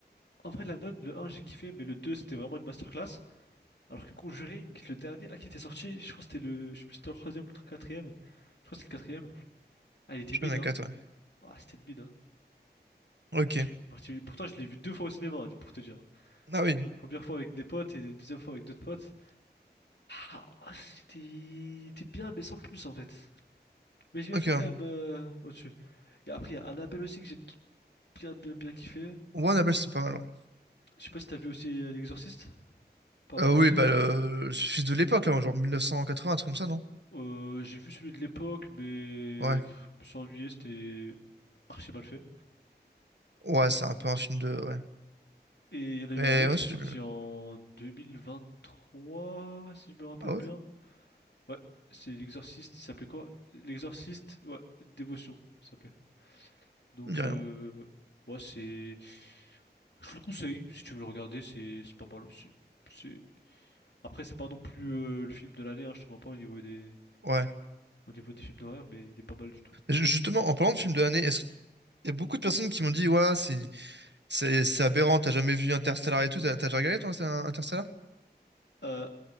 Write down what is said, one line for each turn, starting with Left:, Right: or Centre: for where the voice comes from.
Left: en vrai, La Nonne, le un j'ai kiffé, mais le 2 c'était vraiment une masterclass. Alors que Conjuring, le dernier, là, qui était sorti, je crois que c'était le, je sais plus, si c'était le troisième ou le quatrième. Je crois que c'était le quatrième. Ah, il était
Right: Je
Left: mid,
Right: connais
Left: hein.
Right: quatre, ouais.
Left: Ah, c'était le mid, hein.
Right: Ok.
Left: Je- pour- Pourtant, je l'ai vu deux fois au cinéma, hein, pour te dire. hein.
Right: Ah oui.
Left: Première fois avec des potes et deuxième fois avec d'autres potes. Ah, c'était c'était bien, mais sans plus en fait. Mais je mettrais
Right: Ok. ouais.
Left: quand même euh, au-dessus. Et après, il y a Annabelle aussi que j'ai t- bien, bien, bien kiffé.
Right: One Apple, c'est pas mal, ouais.
Left: Je sais pas si t'as vu aussi euh, L'Exorciste, pas mal
Right: Euh,
Left: aussi.
Right: oui, bah, le... le fils de l'époque, là, genre 1980, un truc comme ça, non?
Left: Euh, j'ai vu celui de l'époque, mais
Right: Ouais.
Left: pff, je me suis ennuyé, c'était archi mal fait.
Right: Ouais, c'est un peu un film de. Ouais.
Left: Et il y en a eu
Right: Mais
Left: un autre
Right: ouais,
Left: qui
Right: c'est.
Left: est sorti en 2023, si je me rappelle
Right: Ah
Left: bien.
Right: ouais?
Left: Ouais, c'est L'Exorciste, il s'appelait quoi? L'Exorciste, ouais, Dévotion, il s'appelait. Donc,
Right: Je me dis
Left: euh,
Right: rien.
Left: ouais, c'est. Je te le conseille, si tu veux le regarder, c'est c'est pas mal aussi. C'est... Après, c'est pas non plus euh, le film de l'année, hein, je te mens pas au niveau des...
Right: Ouais.
Left: au niveau des films d'horreur, mais il est pas mal du tout.
Right: Ju- Justement, en parlant de film de l'année, est-ce qu'il y a beaucoup de personnes qui m'ont dit, ouais, c'est c'est c'est aberrant, t'as jamais vu Interstellar et tout, t'as t'as déjà regardé, toi, Interstellar?
Left: Euh,